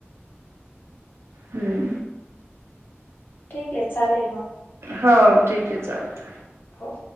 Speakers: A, on the right (about 70°); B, on the left (about 45°).
A: हूं
B: ठीकये चालेल म
A: हो ठीक ये चालत
B: हो.